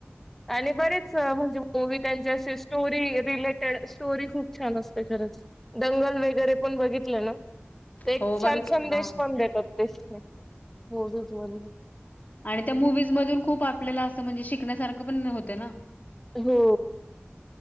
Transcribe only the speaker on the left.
हो बघितलं
हा
आणि त्या मुूवीज मधून खूप आपल्याला असं म्हणजे शिकण्यासारखं पण होतं ना.